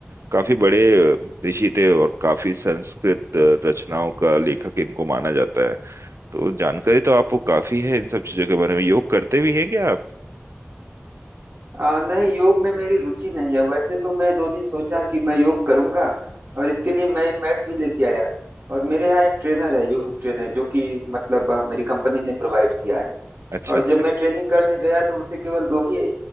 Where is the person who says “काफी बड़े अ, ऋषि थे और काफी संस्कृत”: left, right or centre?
Right